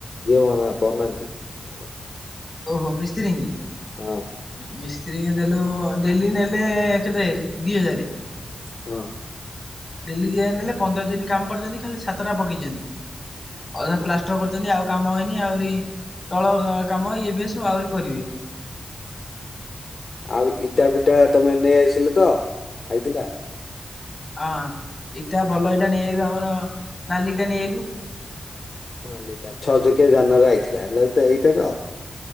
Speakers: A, on the left; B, on the left.
A: ଯିଏ ବ ବାନାନ୍ତି? ଘର
B: ଓହୋ ମିସ୍ତ୍ରୀକି?
A: ହଁ
B: ମିସ୍ତ୍ରୀଙ୍କୁ ଦେଲୁ ଡେଲି ନେଲେ କେତେ ଦିହଜାରେ।
A: ହଁ।
B: ଡେଲି ଦିଆ ନେଲେ
A: ଓ
B: ପନ୍ଦର ଦିନି କାମ କରିଚନ୍ତି ଖାଲି ଛିତଟା ପକେଇଚନ୍ତି ଅଧା
A: ଓହୋ।
B: ପ୍ଲାଷ୍ଟର ଛନ୍ତି ଆଉ କାମ ହେଇନି ଆହୁରି ତଳ କାମ ଇଏ ପିଏ ସବୁ ଆହୁରି କରିବେ।
A: ଆଉ ଇଟା ଫିଟା ତମେ ନେଇ ଆସିଲତ ଆଇଥିଲା?
B: ହଁ ଇଟା ଭଲ
A: ହଁ
B: ଇଟା ନେଇଆଇଲୁ ଆମର ନାଲିଟା ନେଇଆଇଲୁ।
A: ହଁ ଲିଟା ଛଅ ଚକିଆ ଯାନରେ ଆଇଥିଲା <unintelligible> ଏଇଟାତ?